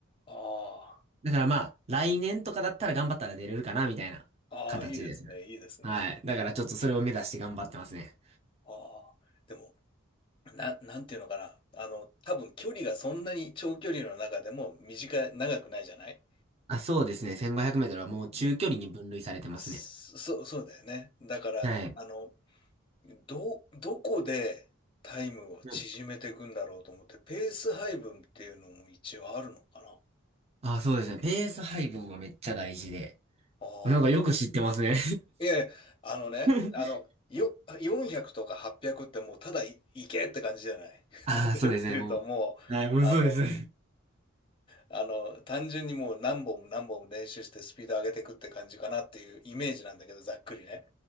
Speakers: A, on the left; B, on the right.
A: あ
B: だからまあ、来年とかだったら頑張ったら出れるかな、みたいな形ですね。
A: あ、ああ、いいですね、いいですね。
B: はい。だからちょっとそれを目指して頑張ってますね。
A: ああ、でも、な、なんていうのかな。あの、多分距離がそんなに長距離の中でも短い、長くないじゃない
B: あ、そうですね。1500メートルはもう中距離に分類されてますね。
A: うん。そ、そうだよね。だから、
B: はい。
A: あの、ど、どこでタイムを縮めていくんだろうと思って、
B: うん。
A: ペース配分っていうのも一応あるのかな。
B: あ、そうですね。ペース配分はめっちゃ大事で。
A: ああ。
B: なんかよく知ってますね。
A: いやいや、あのね、
B: <laughs>
A: あの、よ、400とか800っぴゃくってもうただい、いけって感じじゃない。
B: ああ、
A: <laughs> どちらかというともう、
B: そうですね。もう。はい、もうそうです。
A: あの、
B: う
A: あの、単純にもう何本も何本も練習してスピード上げていくって感じかなっていうイメージなんだけど、ざっくりね。